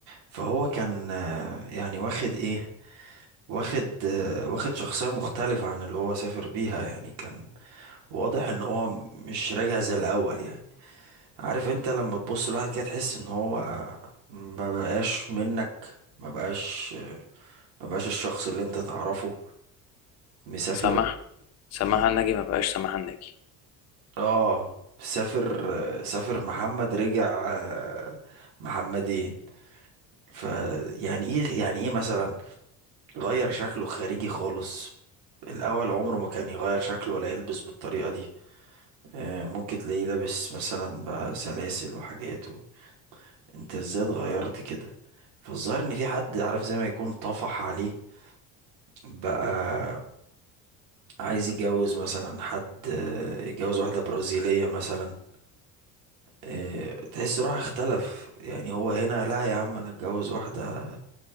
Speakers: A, on the right; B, on the left.
A: فهو كان آه، يعني واخد ايه واخد آه، واخد شخصية مختلفة عن اللي هو سافر بيها يعني كان واضح ان هو م- مش راجع زي الاول يعني عارف انت لما تبص لواحد كده تحس ان هو آه، ما بقاش منك ما بقاش ما بقاش الشخص اللي انت تعرفه مسافر
B: سماح سماح
A: م-
B: الناجي ما بقاش سماح الناجي
A: اه سافر آه، سافر محمد رجع آه، محمدين فيعني ايه يعني ايه مثلا غير شكله خارجي خالص الأول عمره ما كان يغير شكله ولا يلبس بالطريقة دي آه، ممكن تلاقيه لابس مثلا بقى سلاسل وحاجات و... انت ازاي اتغيرت كده فالظاهر ان في حد عارف زي ما يكون طفح عليه بقى عايز يتجوز مثلا حد آه، يتجوز واحدة برازيلية مثلا آه، تحس روح اختلف يعني هو هنا لا يا عم انا اتجوز واحدة